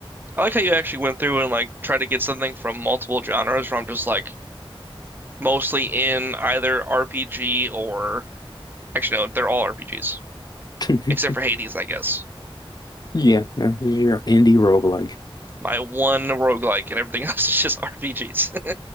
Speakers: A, on the right; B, on the left.
A: I like how you actually went through and like tried to get something from multiple genres from just like mostly in either RPG or actually no, they're all RPGs
B: <laughs>
A: except for Hades, I guess.
B: Yeah, that's your indie roguelike.
A: My one roguelike and everything <laughs> else is just RPGs.